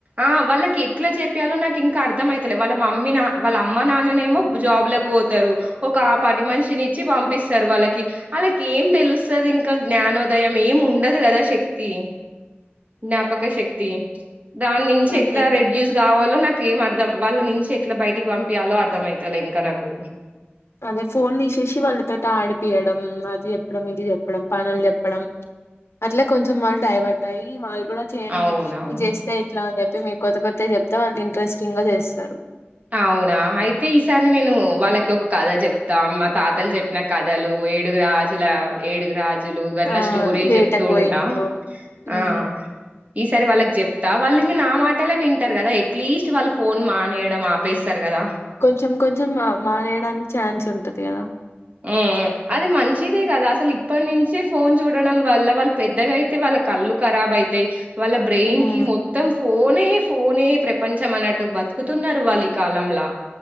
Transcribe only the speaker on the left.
అదేను
అదే ఫోన్ తీసేసి వాళ్ళతోటి ఆడిపియడం అది చెప్పడం ఇది చెప్పడం పనులు చెప్పడం అట్లే కొంచెం వాళ్ళు డైవర్ట్ అయ్యి వాల్ కూడా చేయనికి
ఇది చేస్తే ఇట్లా అని చెప్పి మీ కొత్త కొత్త చెప్తే వాళ్ళు ఇంట్రెస్టింగ్ గా చేస్తారు
ఆ
వేటకు
పోయింట్రు
ఉమ్
కొంచెం కొంచెం మా మానేయడానికి ఛాన్స్ ఉంటది కదా
ఉమ్